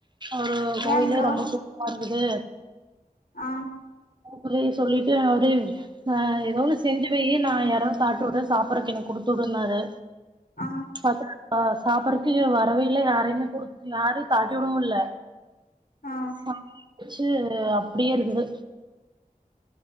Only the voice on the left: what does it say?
ஏங்க்கா
ஆ
ஆ
ஆ